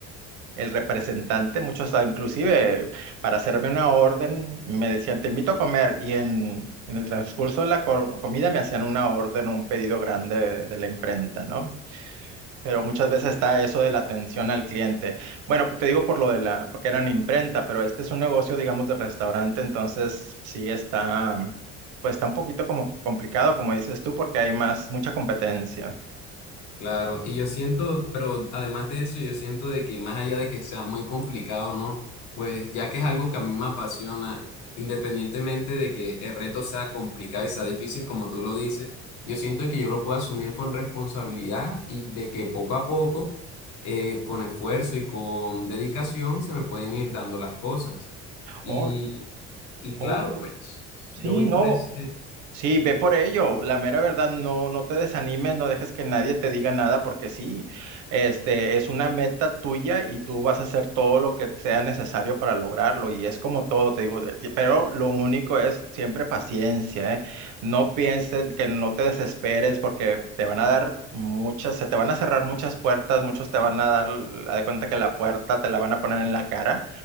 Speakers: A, on the right; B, on the left.
A: el representante, muchos ah, inclusive para hacerme una orden me decían, te invito a comer y en, en el transcurso de la co- comida me hacían una orden, un pedido grande de, de la imprenta, ¿no? Pero muchas veces está eso de la atención al cliente. Bueno, te digo por lo de la, porque eran imprenta, pero este es un negocio, digamos, de restaurante, entonces sí está, pues está un poquito como complicado, como dices tú, porque hay más, mucha competencia.
B: Claro, y yo siento, pero además de eso, yo siento de que más allá de que sea muy complicado, ¿no? Pues ya que es algo que a mí me apasiona, independientemente de que el reto sea complicado y sea difícil, como tú lo dices, yo siento que yo lo puedo asumir con responsabilidad y de que poco a poco, eh, con esfuerzo y con dedicación, se me pueden ir dando las cosas. Y,
A: Oh,
B: y
A: oh,
B: claro, pues
A: sí,
B: yo voy
A: no.
B: por ese,
A: Sí, ve por ello. La mera verdad, no, no te desanimes, no dejes que nadie te diga nada, porque sí, este es una meta tuya y tú vas a hacer todo lo que sea necesario para lograrlo. Y es como todo, te digo, de- pero lo único es siempre paciencia, ¿eh? No pienses que no te desesperes, porque te van a dar muchas, se te van a cerrar muchas puertas, muchos te van a dar, haz de cuenta que la puerta te la van a poner en la cara